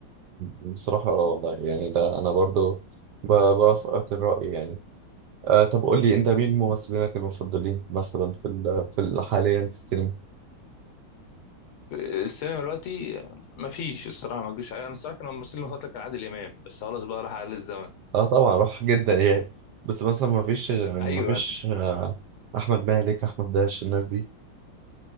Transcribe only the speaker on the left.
في السينما دلوقتي ما فيش الصراحه ما اكدبش عليها انا الصراحه كان الممثل المفضل كان عادل امام بس خلاص بقى راح على الزمن
<laughs> ايوه